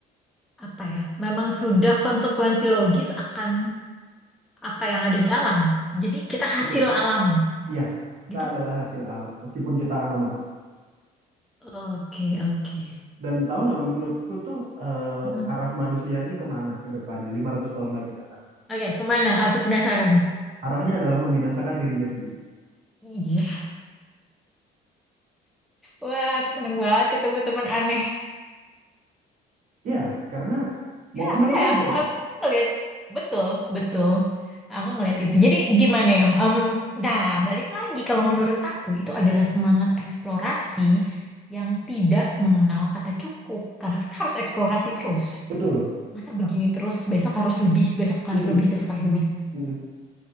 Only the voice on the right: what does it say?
betul
ya kita
adalah hasil alam meskipun kita anomali.
Dan tahu nggak menurutku tuh eh,
arah manusia ini kemana ke depannya 500 tahun lagi katakanlah.
Arahnya adalah membinasakan dirinya sendiri.
Iya, karena mau
kemana
lagi
kita?
Betul.
Mm-mm.
Mm-mm.